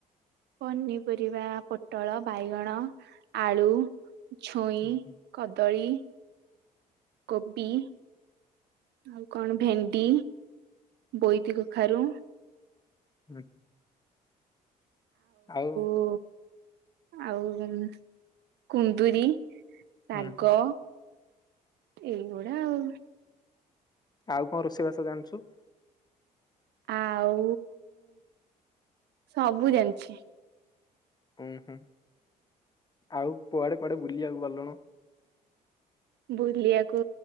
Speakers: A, on the right; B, on the left.
A: ପନିପରିବା ପୋଟଳ ବାଇଗଣ ଆଳୁ ଛୁଇଁ
B: ହୁଁ ହୁଁ
A: କଦଳୀ କୋବି। ଆଉ କଣ ଭେଣ୍ଡି ବୋଇତି କଖାରୁ
B: ହୁଁ ଆଉ।
A: ଓ ଆଉ କୁନ୍ଦୁରି। ଶାଗ
B: ହୁଁ ହୁଁ
A: ଏଇଗୁଡା ଆଉ।
B: ଆଉ କଣ ରୋଷେଇବାସ ଜାଣିଚୁ?
A: ଆଉ ସବୁ ଜାଣିଛି।
B: ହୁଁ ହୁଁ ଆଉ କୁଆଡେ କୁଆଡେ ବୁଲିବାକୁ ଗଲୁଣି?
A: ବୁଲିବାକୁ